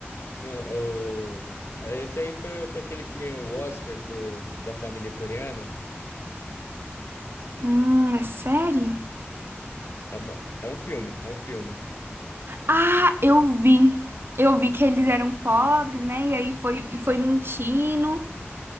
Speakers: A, on the left (about 70°); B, on the right (about 60°).
A: No, o- esse aí foi, foi aquele que ganhou o Oscar do, da família coreana.
B: Hum, é série?
A: É, uma- é um filme, é um filme.
B: Ah, eu vi. Eu vi que eles eram pobres, né? E aí foi, foi mentindo.